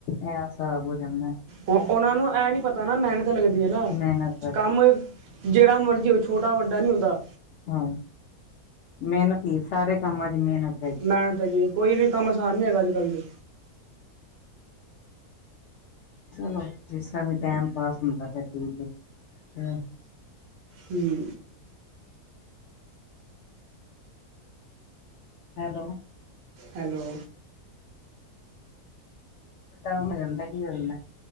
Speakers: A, on the left (about 70°); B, on the right (about 50°).
A: ਐਹ ਸਾਬ ਹੋ ਜਾਂਦਾ ਨਾ
B: ਉਹਨਾਂ ਨੂੰ ਐ ਨੀ ਪਤਾ ਨਾ ਮੈਨ ਲੱਗਦੀ ਐ ਨਾ
A: ਮਿਹਨਤ ਕਰਦੀ
B: ਕੰਮ
A: ਹੈ
B: ਜਿਹੜਾ ਮਰਜ਼ੀ ਹੋ ਛੋਟਾ ਵੱਡਾ ਨਈ ਹੁੰਦਾ
A: ਹਾਂ ਮੇਨਤ ਈ ਸਾਰੇ ਕੰਮਾਂ ਚ ਮੇਨਤ ਐ
B: ਮਿਹਨਤ ਹੈਗੀ ਕੋਈ ਵੀ ਕੰਮ ਆਸਾਨ ਨਹੀਂ ਹੈਗਾ ਅੱਜ ਕੱਲ੍ਹ ਦੇ
A: ਚਲੋ ਜਿਸ ਤਰ੍ਹਾਂ ਵੀ ਟੈਮ ਪਾਸ ਹੁੰਦਾ ਐ ਠੀਕ ਐ
B: ਹਮ
A: ਹੈਲੋ
B: ਹੈਲੋ
A: ਹੋ ਜਾਂਦਾ ਕੀ ਹੁੰਦਾ,